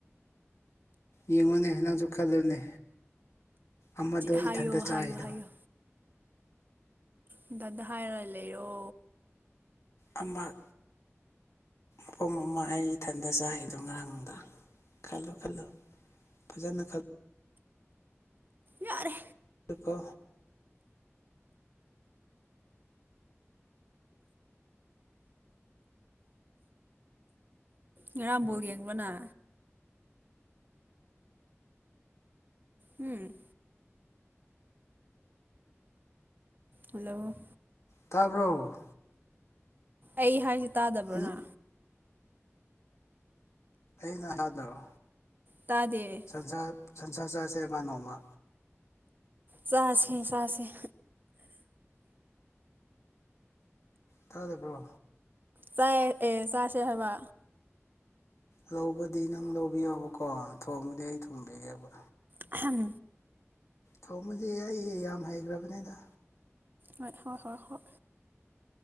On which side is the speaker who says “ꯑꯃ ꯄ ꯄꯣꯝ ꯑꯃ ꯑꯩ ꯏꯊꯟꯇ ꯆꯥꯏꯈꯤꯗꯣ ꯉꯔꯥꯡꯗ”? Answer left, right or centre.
Left